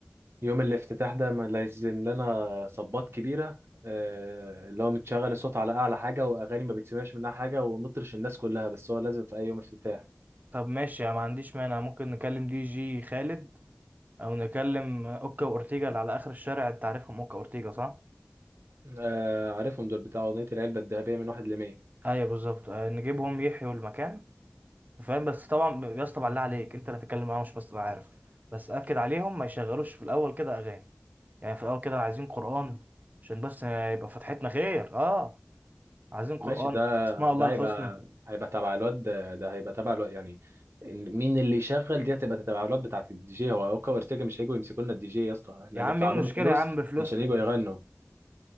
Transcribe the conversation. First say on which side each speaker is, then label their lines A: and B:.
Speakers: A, on the right; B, on the right.
A: يوم الافتتاح ده ما لازم لنا صبات كبيرة آه، اللي هو متشغل الصوت على أعلى حاجة وأغاني ما بتسمعش منها حاجة ونطرش الناس كلها بس هو لازم في أي يوم افتتاح
B: طب ماشي انا ما عنديش مانع ممكن نكلم دي جي خالد او نكلم اوكا واورتيجا اللي على اخر الشارع انت عارفهم اوكا واورتيجا صح
A: آه، عارفهم دول بتاع أغنية العلبة الذهبية من واحد لمية
B: ايوه بالظبط آه، نجيبهم يحيوا المكان فاهم بس طبعا يا اسطى بالله عليك انت اللي هتتكلم معاهم مش بس تبقى عارف بس اكد عليهم ما يشغلوش في الاول كده اغاني يعني في الاول كده عايزين قران عشان بس يبقى فتحتنا خير اه عايزين قران
A: ماشي ده
B: اسماء
A: ده
B: الله الحسنى
A: هيبقى هيبقى تبع الواد ده, ده هيبقى تبع الواد يعني إن- مين اللي يشغل دي هتبقى تبع الواد بتاعت الدي جي هو اوكا وارتيجا مش هيجوا يمسكوا لنا الدي جي يا اسطى احنا
B: يا عم
A: ندفع
B: ايه المشكله
A: لهم فلوس
B: يا عم بفلوسنا
A: عشان يجوا يغنوا